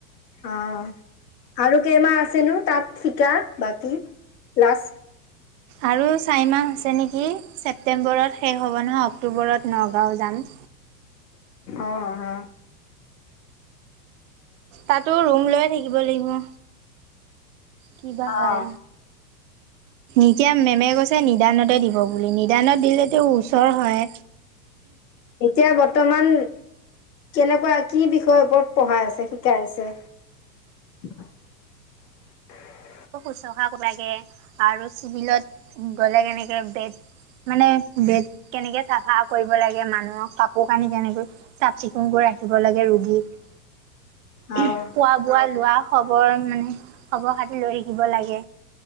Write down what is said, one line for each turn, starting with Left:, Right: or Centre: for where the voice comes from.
Left: আহ আৰু কেইমাহ আছেনো তাত শিকা বাকী প্লাছ
Right: আৰু চাৰিমাহ আছে নেকি ছেপ্টেম্বৰত শেষ হ'ব নহয় অক্টোবৰত নগাঁও যাম।
Left: অ আহ।
Right: তাতো ৰুম লৈয়ে থাকিব লাগিব। কিবা
Left: অ
Right: হয়।
Left: অ
Right: ইতিয়া মেমে কৈছে নিদানতে দিব বুলি নিদানত দিলেটো ওচৰ হয়।
Left: এতিয়া বৰ্তমান কেনেকুৱা কি বিষয়ৰ ওপৰত পঢ়াই আছে শিকাই আছে। <inaudible>
Right: শুশ্ৰূষা কৰা লাগে আৰু চিভিলত গ'লে কেনেকৈ বেড মানে বেত কেনেকে চাফা কৰিব লাগে মানুহক কাপোৰ কানি কেনেকৈ চাফ চিকুণ কৰা ৰাখিব লাগে ৰোগীক। খোৱা
Left: অ',
Right: বোৱা লোৱা খবৰ মানে খবৰ খাতি লৈ থাকিব লাগে।